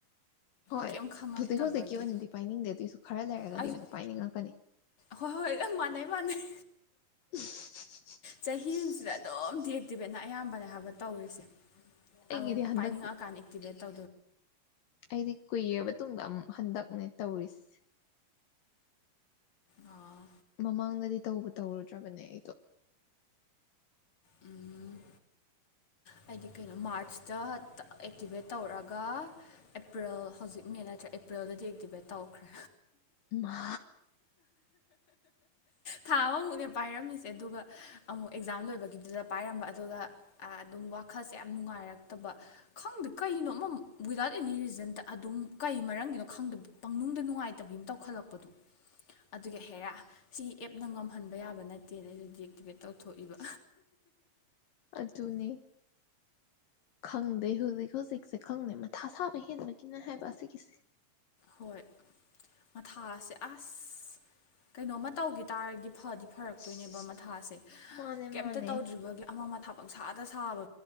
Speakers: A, on the left; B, on the left.
A: ꯍꯣꯏ
B: ꯀꯩꯝ ꯈꯪꯉꯛꯇꯕꯒꯤ
A: ꯍꯧꯖꯤꯛ ꯍꯧꯖꯤꯛꯀꯤ ꯑꯣꯏꯅꯗꯤ ꯄꯥꯏꯅꯤꯡꯗꯦ ꯑꯗꯨꯏꯁꯨ ꯈꯔ ꯂꯩꯔꯒꯗꯤ
B: ꯑꯩꯁꯨ
A: ꯑꯃꯨꯛ ꯄꯥꯏꯅꯤꯡꯉꯛꯀꯅꯤ
B: ꯍꯣꯏ ꯍꯣꯏ ꯅꯪ ꯃꯥꯟꯅꯩ ꯃꯥꯥꯟꯅꯩ
A: <unintelligible>
B: ꯆꯍꯤꯖꯤꯗ ꯑꯗꯨꯝ ꯗꯤꯑꯛꯇꯤꯚꯦꯠꯅ ꯑꯌꯥꯝꯕꯅꯦ ꯍꯥꯏꯕ ꯇꯧꯔꯤꯖꯦ꯫
A: ꯑꯩꯒꯤꯗꯤ
B: ꯑꯧ
A: ꯍꯟꯗꯛ
B: ꯄꯅꯤꯡꯉ ꯀꯥꯟꯗ ꯑꯦꯛꯇꯤꯕꯦꯠ <unintelligible>
A: ꯑꯩꯗꯤ ꯀꯨꯏꯔꯕ ꯇꯨꯡꯗ ꯑꯃꯨꯛ ꯍꯟꯗꯛꯅꯦ ꯇꯧꯔꯤꯁꯦ꯫
B: ꯑꯥ
A: ꯃꯃꯥꯡꯗꯗꯤ ꯇꯧꯕꯨ ꯇꯧꯔꯨꯗ꯭ꯔꯕꯅꯦ ꯑꯩꯗꯣ꯫
B: ꯎꯝ꯫ ꯍꯥꯏꯗꯤ ꯀꯩꯅꯣ ꯃꯥꯔꯁꯇ ꯑꯦꯛꯇꯤꯚꯦꯠ ꯇꯧꯔꯛꯒ ꯑꯦꯄ꯭ꯔꯤꯜ ꯍꯧꯖꯤꯛ ꯃꯦ ꯅꯠꯇ꯭ꯔꯥ ꯑꯦꯄ꯭ꯔꯤꯜꯗ ꯑꯦꯛꯇꯤꯚꯦꯠ ꯇꯧꯈ꯭ꯔꯦ꯫
A: ꯃꯥ꯫
B: ꯊꯥ ꯑꯃꯃꯨꯛꯅꯦ ꯄꯥꯏꯔꯝꯃꯤꯁꯦ ꯑꯗꯨꯒ ꯑꯃꯨꯛ ꯑꯦꯛꯖꯥꯝ ꯂꯣꯏꯕꯒꯤꯗꯨꯗ ꯄꯥꯏꯔꯝꯕ ꯑꯗꯨꯒ ꯑꯥ ꯑꯗꯨꯝ ꯋꯥꯈꯜꯁꯦ ꯌꯥꯝ ꯅꯨꯡꯉꯥꯏꯔꯛꯇꯕ ꯈꯪꯗꯦ ꯀꯩꯅꯣ ꯑꯃ ꯋꯤꯗꯥꯎꯠ ꯑꯦꯅꯤ ꯔꯤꯖꯟꯗ ꯑꯗꯨꯝ ꯀꯩ ꯃꯔꯝꯒꯤꯅꯣ ꯈꯪꯗꯕ ꯄꯪꯅꯨꯡꯗ ꯅꯨꯡꯉꯥꯏꯇꯕꯤ ꯑꯃ ꯇꯧꯈꯠꯂꯛꯄꯗꯣ꯫ ꯑꯗꯨꯒ ꯍꯦꯔꯥ ꯁꯤ ꯑꯦꯞꯅ ꯉꯝꯍꯟꯕ ꯌꯥꯕ ꯅꯠꯇꯦꯅ ꯑꯩꯗꯨꯖꯤꯛ ꯃꯣꯇꯤꯚꯦꯠ ꯇꯧꯊꯣꯛꯏꯕ꯫
A: ꯑꯗꯨꯅꯤ ꯈꯪꯗꯦ ꯍꯧꯖꯤꯛ ꯍꯧꯖꯤꯛꯁꯦ ꯈꯪꯗꯦ ꯃꯊꯥ ꯁꯥꯕ ꯍꯦꯟꯕꯒꯤꯅꯦ ꯍꯥꯏꯕ ꯑꯁꯤꯒꯤꯁꯦ꯫
B: ꯍꯣꯏ ꯃꯊꯥꯖꯦ ꯑꯁ ꯀꯩꯅꯣꯝ ꯇꯧꯒꯤ ꯇꯥꯔꯗꯤ ꯐꯗꯤ ꯐꯔꯛꯇꯣꯏꯅꯦꯕ ꯃꯊꯥꯁꯦ꯫
A: ꯃꯥꯅꯦ
B: ꯀꯏꯝꯇ
A: ꯃꯥꯅꯦ
B: ꯇꯧꯗ꯭ꯔꯤꯕꯒꯤ ꯑꯃ ꯃꯊꯥ ꯄꯪꯁꯥꯗ ꯁꯥꯕ꯫